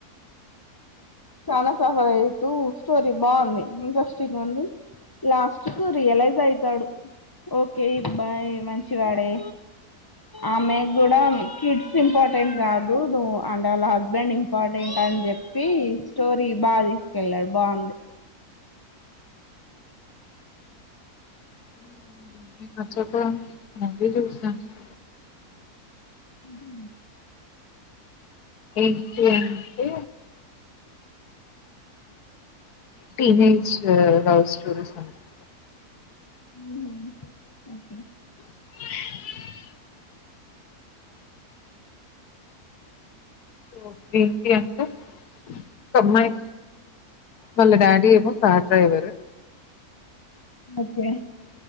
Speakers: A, on the left; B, on the left.
A: చాలా సఫరయితూ స్టోరీ బాంది ఇంట్రెస్టింగ్ ఉంది లాస్ట్ కు రియలైజయితాడు ఓకే ఇబ్బాయ్ మంచివాడే ఆమెగ్గూడా కిడ్స్ ఇంపార్టెంట్ కాదు నువు అంటే వాళ్ళ హస్బెండ్ ఇంపార్టెంట్ అన్ జెప్పి స్టోరి బాదీసుకెళ్లారు బాంది
B: ఉమ్హూ అ చెప్పు <unintelligible>
A: అదే
B: ఎంటి అంటే టీనేజ్ లవ్ స్టోరీస్ అనుకుంటా
A: ఉమ్ ఓకే
B: ఆ సొ ఏంటి అంటే ఒక అమ్మాయి వాళ్ళ డాడీ ఏమో కార్ డ్రైవరు
A: ఓకే